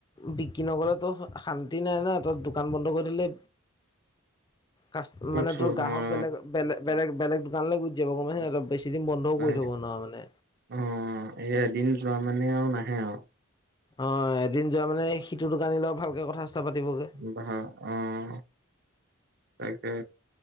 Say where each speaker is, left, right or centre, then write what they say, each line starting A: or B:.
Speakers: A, on the left (about 20°); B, on the right (about 50°).
A: বিক্ৰী নগলেতো শান্তি নাই ন তাত দোকান বন্ধ কৰি দিলে কাষ্ট
B: ক'ত
A: মানে
B: চব
A: তোৰ গ্ৰাহক
B: মই
A: বেলে বেলে বেলেগ বেলেগ দোকানলৈ গুচি যাব গম পাইচনে নাই তই বেছিদিন বন্ধও
B: নাই
A: কৰি থব মানে
B: অ এই এদিন যোৱা মানে আৰু নাহে আৰু
A: অ এদিন যোৱা মানে সিটোৰ দোকানি ল ভালকে কথা চথা পাতিবগে
B: বহা আহ তাকে